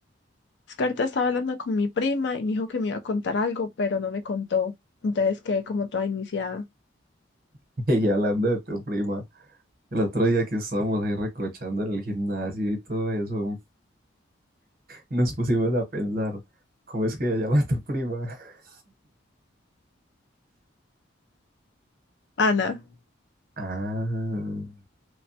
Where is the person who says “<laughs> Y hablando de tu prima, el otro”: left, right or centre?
Right